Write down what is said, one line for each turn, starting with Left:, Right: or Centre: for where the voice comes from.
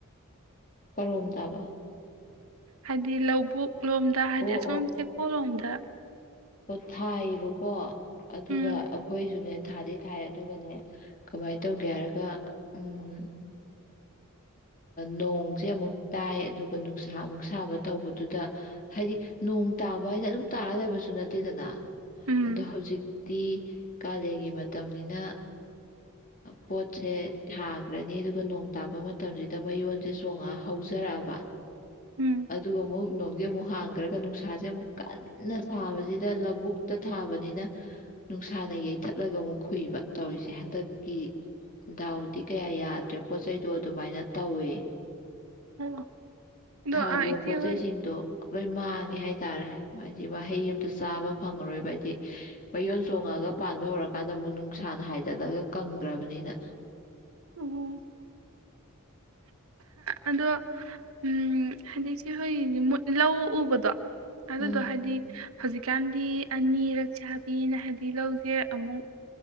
Left: ꯀꯔꯣꯝꯗꯕ
Right: ꯍꯥꯏꯗꯤ ꯂꯧꯕꯨ ꯂꯣꯝꯗ ꯍꯥꯏꯗꯤ
Left: ꯑꯣ
Right: ꯑꯁꯣꯝ ꯆꯦꯛꯄꯣ ꯂꯣꯝꯗ
Left: ꯄ ꯊꯥꯏꯌꯦꯕꯀꯣ ꯑꯗꯨꯒ
Right: ꯎꯝ
Left: ꯑꯩꯈꯣꯏꯁꯨꯅꯦ ꯊꯥꯗꯤ ꯊꯥꯏ ꯑꯗꯨꯒꯅꯦ ꯀꯃꯥꯏꯅ ꯇꯧꯒꯦ ꯍꯥꯏꯔꯒ ꯎꯝ ꯅꯣꯡꯁꯦ ꯑꯃꯨꯛ ꯇꯥꯏ ꯑꯗꯨꯒ ꯅꯨꯡꯁꯥ ꯑꯃꯨꯛ ꯁꯥꯕ ꯇꯧꯕꯗꯨꯗ ꯍꯥꯏꯗꯤ ꯅꯣꯡ ꯇꯥꯕ ꯍꯥꯏꯅ ꯑꯗꯨꯝ ꯇꯥꯔ ꯂꯩꯕꯁꯨ ꯅꯠꯇꯦꯗꯅ
Right: ꯎꯝ
Left: ꯑꯗꯣ ꯍꯧꯖꯤꯛꯇꯤ ꯀꯥꯂꯦꯟꯒꯤ ꯃꯇꯝꯅꯤꯅ ꯄꯣꯠꯁꯦ ꯊꯈ꯭ꯔꯅꯤ ꯑꯗꯨꯒ ꯅꯣꯡ ꯇꯥꯕ ꯃꯇꯝꯁꯤꯗ ꯃꯌꯣꯟꯁꯦ ꯆꯣꯡꯉꯛ ꯍꯧꯖꯔꯛꯑꯕ
Right: ꯎꯝ
Left: ꯑꯗꯨꯒ ꯑꯃꯨꯛ ꯅꯣꯡꯗꯤ ꯑꯃꯨꯛ ꯍꯥꯡꯈ꯭ꯔꯒ ꯅꯨꯡꯁꯥꯁꯦ ꯑꯃꯨꯛ ꯀꯟꯅ ꯊꯥꯕꯁꯤꯗ ꯂꯧꯕꯨꯛꯇ ꯊꯥꯕꯅꯤꯅ ꯅꯨꯡꯁꯥꯅ ꯌꯩꯊꯠꯂꯒ ꯑꯃꯨꯛ ꯈꯨꯨꯏꯕ ꯇꯧꯔꯤꯁꯦ ꯍꯟꯗꯛꯀꯤ ꯗꯥꯎꯗꯤ ꯀꯌꯥ ꯌꯥꯗ꯭ꯔꯦ ꯄꯣꯠ ꯆꯩꯩꯗꯣ ꯑꯗꯨꯃꯥꯏꯅ ꯇꯧꯋꯦ
Right: ꯑꯣ ꯑꯗꯣ
Left: ꯊꯥꯈꯤꯕ
Right: ꯑ ꯏꯆꯦ
Left: ꯄꯣꯠꯆꯩꯁꯤꯡꯗꯣ
Right: ꯍꯣꯏ
Left: ꯂꯨꯏ ꯃꯥꯡꯉꯦ ꯍꯥꯏꯇꯥꯔꯦ ꯍꯥꯏꯕꯗꯤ ꯃꯍꯩ ꯑꯃꯝꯇ ꯆꯥꯕ ꯐꯪꯉꯔꯣꯏꯕ ꯍꯥꯏꯗꯤ ꯃꯌꯣꯟ ꯆꯣꯡꯉꯒ ꯄꯥꯟꯕ ꯍꯧꯔꯀꯥꯟꯗ ꯑꯃꯨꯛ ꯅꯨꯡꯁꯥꯅ ꯍꯥꯏꯗꯠꯂꯒ ꯀꯪꯈ꯭ꯔꯕꯅꯤꯅ
Right: ꯑꯣ ꯑꯗꯣ ꯎꯝ ꯍꯥꯏꯗꯤ ꯏꯆꯦ ꯍꯣꯏꯒꯤ ꯂꯧ ꯎꯕꯗꯣ ꯑꯗꯨꯗꯗꯣ
Left: ꯎꯝ
Right: ꯍꯥꯏꯗꯤ ꯍꯧꯖꯤꯛꯀꯥꯟꯗꯤ ꯑꯅꯤꯔꯛꯁꯥꯕꯤꯅ ꯍꯥꯏꯕꯗꯤ ꯂꯧꯁꯦ ꯑꯃꯨꯛ